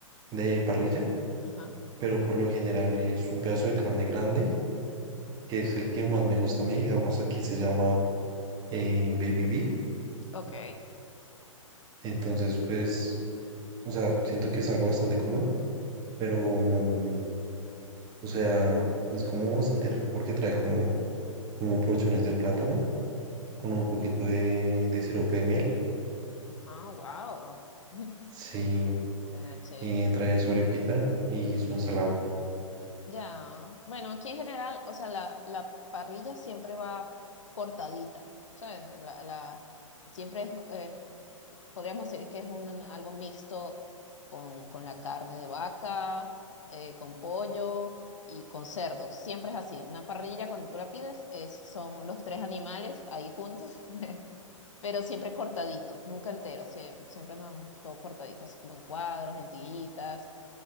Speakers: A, on the right; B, on the left.
A: de parrilla.
B: Ajá,
A: pero por lo general es un pedazo de carne grande, que es el que más me gusta a mí, digamos, aquí se llama eh, baby beef,
B: ok.
A: entonces pues, o sea, siento que es algo bastante común, pero, mm, o sea, es como bastante rico porque trae como, como porciones de plátano con un poquito de, de sirope de miel,
B: Ah, wow. <laughs>
A: sí,
B: Suena chévere.
A: eh, trae su arepita y su ensalada,
B: Ya, bueno, aquí en general, o sea, la, la parrilla siempre va cortadita, ¿sabes? La, la, siempre es, eh, podríamos decir que es un, algo mixto con, con la carne de vaca, eh, con pollo y con cerdo. Siempre es así. Una parrilla, cuando tú la pides, es, son los tres animales ahí juntos, <laughs> pero siempre cortadito, nunca entero, siempre, siempre no, todo cortadito, así como en cuadros, en tiritas